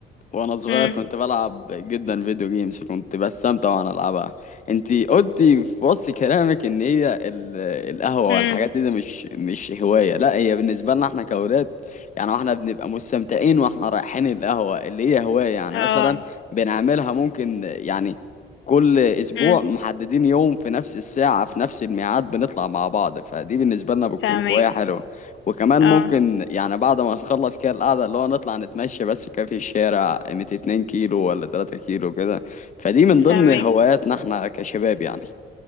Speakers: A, on the left; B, on the left.
A: وانا صغير
B: امم
A: كنت بلعب جدا فيديو جيمز كنت بستمتع وانا العبها انت قلتي في وصف كلامك ان هي ال- القهوه
B: امم
A: والحاجات دي, دي مش مش هوايه لا هي بالنسبه لنا احنا كاولاد يعني احنا بنبقى مستمتعين واحنا رايحين القهوه اللي هي هوايه يعني
B: اه
A: مثلا بنعملها ممكن يعني كل اسبوع
B: امم
A: محددين يوم في نفس الساعه في نفس الميعاد بنطلع مع بعض فدي بالنسبه لنا بتكون
B: فاهمك
A: هوايه حلوه وكمان
B: اه
A: ممكن يعني بعد ما نخلص كده القعدة اللي هو نطلع نتمشى بس كده في الشارع قيمة 2 كيلو ولا 3 كيلو كده فدي من ضمن
B: فاهمك
A: هواياتنا احنا كشباب يعني